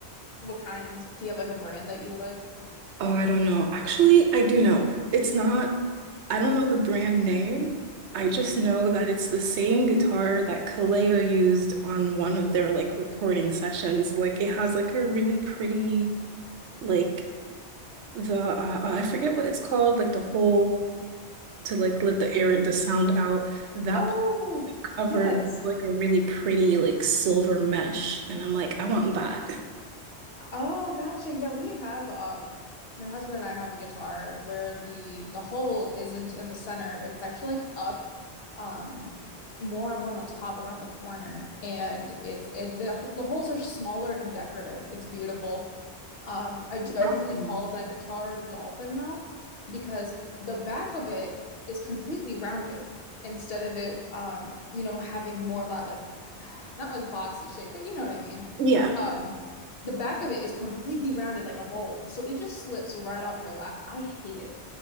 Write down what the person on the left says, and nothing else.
What kind? Do you have like a brand that you like?
Oh,
yes.
Oh, gotcha. Yeah, we have um my husband and I have a guitar where the the hole isn't in the center. It's actually like up um more up on the top around the corner and it's it the the holes are smaller and decorative. It's beautiful. Um, I jokingly
call that guitar the dolphin though, because the back of it is completely rounded instead of it, um, you know, having more of that like <sighs> not like boxy shape, but you know what I mean.
Um, the back of it is completely rounded like a bowl, so it just slips right off your lap. I hate it.